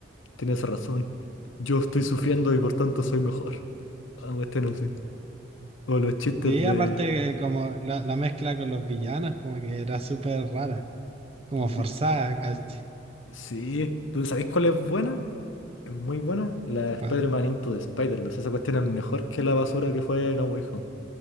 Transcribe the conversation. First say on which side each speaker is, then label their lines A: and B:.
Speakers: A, on the left; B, on the right.
A: tienes razón, yo estoy sufriendo y por tanto soy mejor. Ah, este no sé. O los chistes
B: Sí,
A: de...
B: aparte como la, la mezcla con los villanos, como que era súper rara, como
A: de-
B: forzada casi.
A: Sí, ¿tú sabéis cuál es buena? Es muy buena. La
B: ¿Cuál?
A: Spider-Man Into the Spider-Verse. Esa cuestión es mejor que la basura que fue No Way Home.